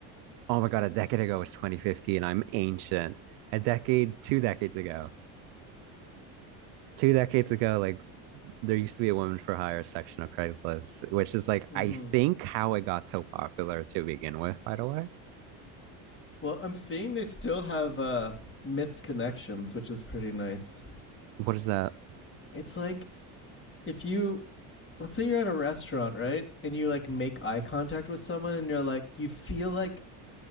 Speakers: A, on the right; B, on the left.
A: Oh my God, a decade ago was 2015. I'm ancient. A decade, two decades ago. Two decades ago, like there used to be a woman for hire section of Craigslist, which is like
B: hmm
A: I think how it got so popular to begin with, by the way.
B: Well, I'm seeing they still have uh, missed connections, which is pretty nice.
A: What is that?
B: It's like if you, let's say you're at a restaurant, right? And you like make eye contact with someone and you're like, you feel like